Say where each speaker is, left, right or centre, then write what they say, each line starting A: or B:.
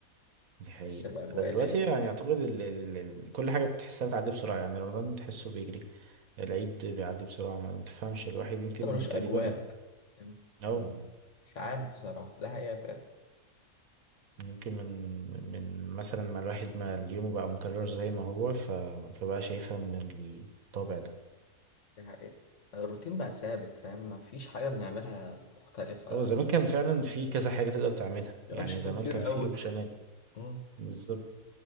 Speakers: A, on the right; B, on the left.
A: دي
B: تحس
A: حقيقة
B: بأجواء
A: ده دلوقتي
B: العيد
A: يعني أعتقد ال... ال... ال... كل حاجة بتحسها بتعدي بسرعة يعني رمضان تحسه بيجري العيد بيعدي بسرعة ما تفهمش الواحد يمكن
B: حتى ملوش
A: تقريبا
B: أجواء فاهم يعني
A: أو
B: ما- مش عارف بصراحة ده حقيقة
A: يمكن من من مثلا ما الواحد ما اليوم بقى مكرر زي ما هو ف... فبقى شايفها من الطابع ده
B: ده حقيقة الروتين بقى ثابت فاهم مفيش حاجة بنعملها مختلفة
A: هو زمان كان فعلا في كذا حاجة تقدر تعملها
B: في
A: يعني
B: أنشطة
A: زمان
B: كتير
A: كان
B: قوي
A: في اوبشنات
B: مم.
A: بالظبط